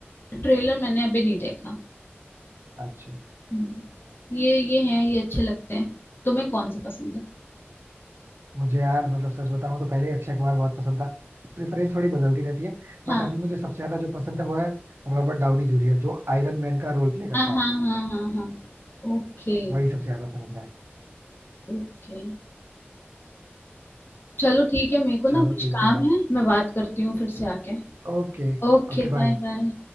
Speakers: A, on the left (about 55°); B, on the right (about 70°).
A: ट्रेलर मैंने अभी नहीं देखा
B: अच्छा
A: हम्म। ये ये हैं ये अच्छे लगते हैं तुम्हें कौन से पसंद है
B: मुझे यार मतलब सच बताऊं तो पहले ही अक्षय कुमार बहुत पसंद था प्रेफरेंस थोड़ी बदलती रहती है बट
A: हाँ
B: अभी मुझे सबसे ज्यादा जो पसंद है वो है रॉबर्ट डाउनी जूनियर जो आयरन मैन का रोल प्ले करता
A: हाँ
B: है
A: हाँ हाँ हाँ हाँ ओके
B: वही सबसे ज्यादा पसंद है
A: ओके चलो ठीक है मेरे को
B: चलो
A: ना कुछ
B: ठीक
A: काम
B: है
A: है मैं बात करती हूँ फिर से आके
B: ओके
A: Okay
B: Okay
A: bye
B: bye
A: bye